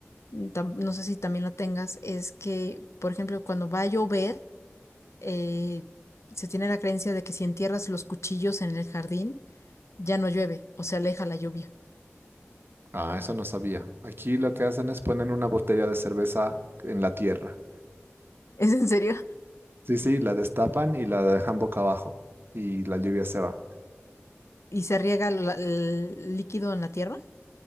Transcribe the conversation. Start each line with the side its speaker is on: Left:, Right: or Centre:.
Left: mm, tam- no sé si también lo tengas, es que, por ejemplo, cuando va a llover, eh, se tiene la creencia de que si entierras los cuchillos en el jardín, ya no llueve o se aleja la lluvia.
Right: Ah, eso no sabía. Aquí lo que hacen es poner una botella de cerveza en la tierra.
Left: <laughs> ¿Es en serio?
Right: Sí, sí, la destapan y la dejan boca abajo y la lluvia se va.
Left: ¿Y se riega la- el líquido en la tierra?